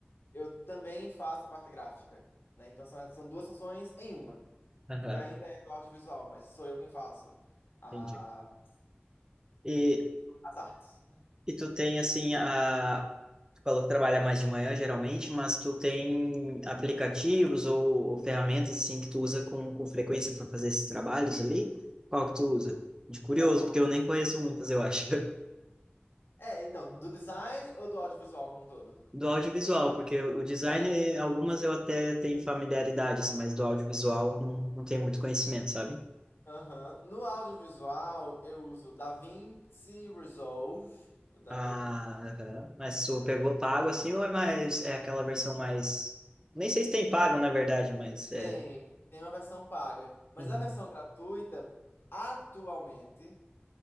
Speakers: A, on the left (about 75°); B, on the right (about 20°).
A: eu também faço a parte gráfica, né? Então são, são duas funções em uma,
B: Aham,
A: porque ainda é do audiovisual, mas sou eu quem faço a,
B: entendi. E,
A: as artes, né?
B: e tu tem, assim, a... Tu falou que trabalha mais de manhã, geralmente, mas tu tem aplicativos ou, ou ferramentas, assim, que tu usa com, com frequência para fazer esses trabalhos ali? Qual que tu usa? De curioso,
A: Então,
B: porque eu nem conheço muitas, eu acho.
A: é, então, do design ou do audiovisual como um todo?
B: Do audiovisual, porque o design,
A: É,
B: eh, algumas eu até tenho familiaridade, assim, mas do audiovisual eu não, não tenho muito conhecimento, sabe?
A: aham. No audiovisual eu uso DaVinci Resolve, o DaVinci.
B: Ah, aham. Mas tu pegou pago, assim, ou é mais, é aquela versão mais... Nem sei se tem pago, na verdade, mas é...
A: Tem, tem uma versão paga, mas
B: Uhum.
A: a versão gratuita atualmente,